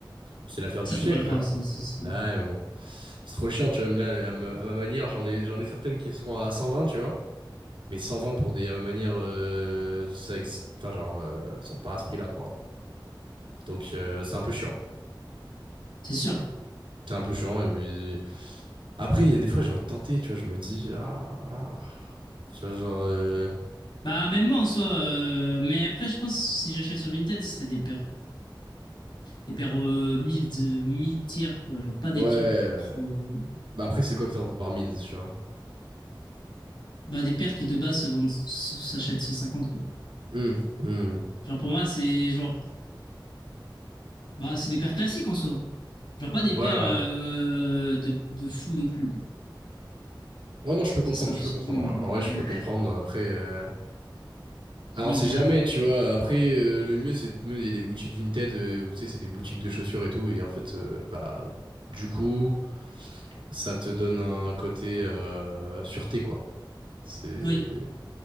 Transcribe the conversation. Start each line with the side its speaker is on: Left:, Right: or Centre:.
Right: C'est l'affaire du
Left: Ça
Right: siècle,
Left: faut pas le croire
Right: là.
Left: ça. ça, c'est
Right: Ouais, mais bon. C'est trop chiant, tu vois. Même là, à ma, à ma manière, j'en ai, j'en ai certaines qui sont à 120, tu vois. Mais 120 pour des, à ma manière, euh, ça, existe- enfin, genre, euh, elles sont pas à ce prix-là, quoi. Donc, euh, c'est un peu chiant.
Left: c'est sûr.
Right: C'est un peu chiant. Et puis... Après, il y a des fois, j'ai envie de tenter, tu vois. Je me dis, ah, ah. Tu vois, genre, euh,
Left: Bah même moi en soi. euh, Mais après, je pense si j'achète sur Vinted, ce serait des paires, des paires euh, mid mid tier quoi. Genre pas des
Right: ouais. euh,
Left: trucs trop.
Right: Bah après, c'est quoi que t'entends par mid, tu vois?
Left: Bah des paires qui de base se vendent, se- s'achètent 150 quoi.
Right: Hmm, hmm.
Left: Genre pour moi, c'est genre Bah, c'est des paires classiques en soi. Genre pas des
Right: Ouais,
Left: paires
Right: ouais.
Left: euh, de, de fou non plus, quoi.
Right: Ouais, non, je peux comprendre,
Left: C'est ça, parce
Right: je
Left: que
Right: peux comprendre.
Left: sinon, euh,
Right: En vrai, je peux comprendre.
Left: ah,
Right: Après, euh...
Left: sinon,
Right: alors, on sait
Left: bizarre.
Right: jamais, tu vois. Après, euh, le mieux, c'est de- il y a des boutiques Vinted euh, où, tu sais, c'est des boutiques de chaussures et tout. Et en fait, euh, bah, du coup, ça te donne un côté euh, sûreté, quoi. C'est.
Left: Oui,